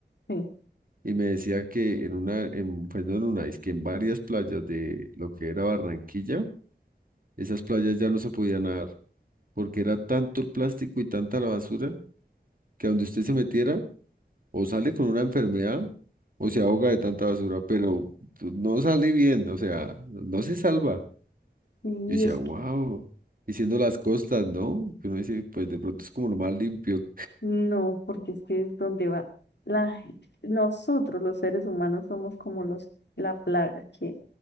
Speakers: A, on the left (about 75°); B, on the right (about 50°).
A: Sí,
B: Y me decía que en una, en, pues no en una, es que en varias playas de lo que era Barranquilla, esas playas ya no se podían nadar porque era tanto el plástico y tanta la basura que a donde usted se metiera o sale con una enfermedad o se ahoga de tanta basura, pero tú- no sale bien, o sea, no se salva.
A: y
B: Yo decía,
A: es
B: wow, y siendo las costas, ¿no? Que uno dice, pues de pronto es como lo más limpio.
A: No, porque es que es donde va la, nosotros los seres humanos somos como los, la plaga que